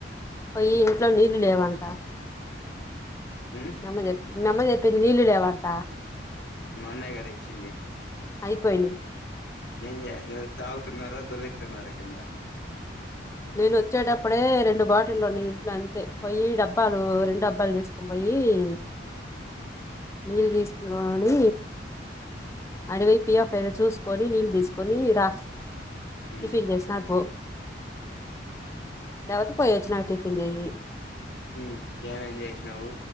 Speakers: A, on the left (about 15°); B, on the left (about 80°).
A: పోయి ఇంట్లో నీళ్ళు లేవంట
B: ఉమ్,
A: నమ్మ జెప్ప నమ్మది జెప్పంది నీల్లు లేవంటా
B: మన్నాయి గాదా దేచ్చింది
A: అయిపోయిను
B: ఏం <unintelligible> తాగుతున్నారా దొలిత్స్తున్నారా కింద
A: నేను వచ్చేటప్పుడే రెండు బాటిలు <unintelligible> అంతే పోయి డబ్బాలు రెండు డబ్బాలు తీసుకొని పోయి ఏ నీళ్ళు తీసుకున్నావా అని అడివైపుయాఫ్ ఏదో చూసుకొని నీళ్ళు తీసుకొని రా
B: ఉమ్,
A: టిఫిన్ చేసనా పో దావాతే పోయి వచ్చు నాంకా టిఫిన్ జెయి
B: మ్ ఏమేం చేసినావు